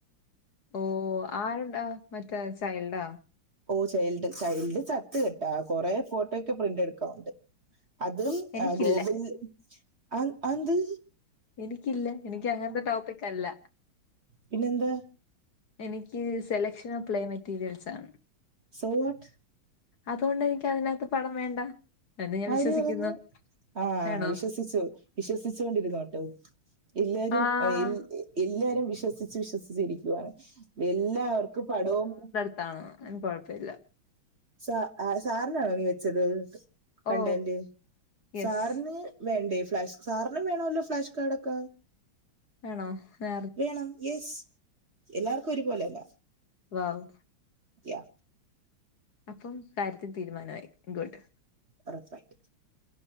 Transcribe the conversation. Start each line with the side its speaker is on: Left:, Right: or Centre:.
Left: ഓഹ് ആര്ണ്ട മറ്റേ ചൈൽഡാ?
Right: ഓഹ് ചൈൽഡ് ചൈൽഡ് ചത്ത് കെട്ടാ. കൊറെ ഫോട്ടോയൊക്കെ പ്രിന്റ് എടുക്കാ ഉണ്ട് അതും
Left: എനിക്കില്ല
Right: ആഹ് ഗോകുൽ അ അന്ത്?
Left: എനിക്കില്ല എനിക്ക് അങ്ങൻത്ത ടോപ്പിക് അല്ല
Right: പിന്നെന്താ?
Left: എനിക്ക് സെലക്ഷൻ ഓഫ് പ്ലേ മെറ്റീരിയൽസ് ആണ്.
Right: സൊ വാട്ട്
Left: അതോണ്ടെനിക്ക് അയിനകത്ത് പണം വേണ്ട. എന്ന് ഞാൻ
Right: ആര്
Left: വിശ്വസിക്കുന്നു
Right: പറഞ്ഞു ആഹ്
Left: വേണോ
Right: വിശ്വസിച്ചു വിശ്വസിച്ചുണ്ടോരുന്നൊട്ടോ. ഇല്ലാരും
Left: ആഹ്
Right: ഒ എല്ലാരും വിശ്വസിച്ച് വിശ്വസിച്ച് ഇരിക്കുവാണ്. എല്ലാവർക്കു പണവും
Left: ത്താ അയിന് കൊഴപ്പല്ല.
Right: സ ആ സാറ്നാണോ നീ വെച്ചത്. കണ്ടന്റ്
Left: ഓ യെസ്
Right: സാറ്ന് വേണ്ടേ ഫ്ലാഷ് സാറ്ന് വേണോല്ലോ ഫ്ലാഷ് കാടൊക്കെ.
Left: വേണോ ഞാ
Right: വേണം യെസ് എല്ലാർക്കു ഒരുപോലെല്ല.
Left: വാവു
Right: യ്യാ
Left: അപ്പം കാര്യത്തിന് തീരുമാനായി. ഗുഡ്
Right: ഒറപ്പായിട്ട്